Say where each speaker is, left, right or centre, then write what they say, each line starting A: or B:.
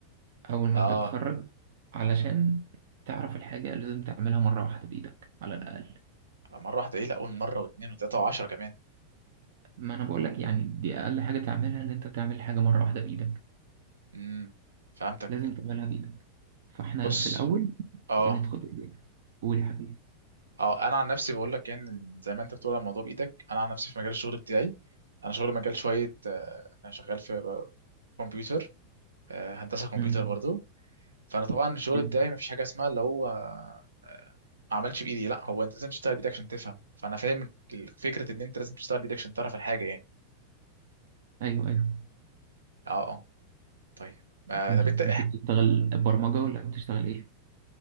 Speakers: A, on the right; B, on the right.
A: أول ما
B: اه
A: بتتخرج علشان تعرف الحاجة لازم تعملها مرة واحدة بإيدك على الأقل
B: مرة واحدة ايه لا اقول مرة واتنين وتلاتة وعشرة كمان
A: ما أنا بقولك يعني دي أقل حاجة تعملها إن أنت تعمل حاجة مرة واحدة بإيدك
B: امم فهمتك
A: لازم تعملها بإيدك فإحنا
B: بص
A: في الأول
B: اه
A: بندخل بإيدينا قول يا حبيبي
B: اه انا عن نفسي بقول لك يعني زي ما انت بتقول على الموضوع بايدك انا عن نفسي في مجال الشغل بتاعي انا شغل مجال شوية آه، انا شغال في كمبيوتر آه، هندسة كمبيوتر
A: مم.
B: برضو فانا طبعا الشغل
A: ال-
B: بتاعي مفيش حاجة اسمها اللي هو آه، ما عملش بايدي لا هو انت لازم تشتغل بايدك عشان تفهم فانا فاهم فكرة ان انت لازم تشتغل بايدك عشان تعرف الحاجة يعني
A: أيوه أيوه
B: اه اه طيب ما
A: فأنت
B: طب
A: أنت
B: انت
A: بتشتغل برمجة ولا بتشتغل إيه؟